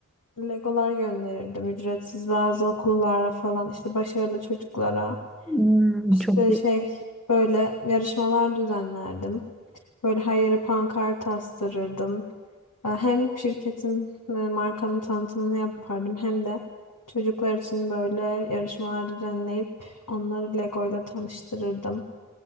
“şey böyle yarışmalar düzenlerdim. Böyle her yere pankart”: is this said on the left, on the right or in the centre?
Left